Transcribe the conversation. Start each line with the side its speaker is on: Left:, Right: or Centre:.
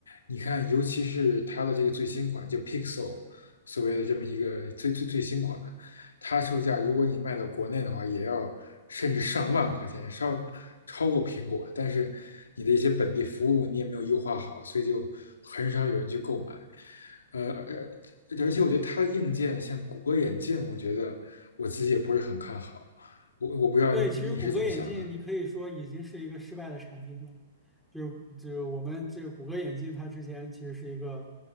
Left: 你看，尤其是它的这个最新款，就 Pixel，所谓的这么一个最最最新款，它售价如果你卖到国内的话，也要甚至上万块钱，稍超过苹果。但是你的一些本地服务你也没有优化好，所以就很少有人去购买。呃，而而且我觉得它的硬件，像谷歌眼镜，我觉得我自己也不是很看好。我我不知道你是怎么想的。
Centre: 对，其实谷歌眼镜，你可以说已经是一个失败的产品了。就是就是我们这个谷歌眼镜，它之前其实是一个，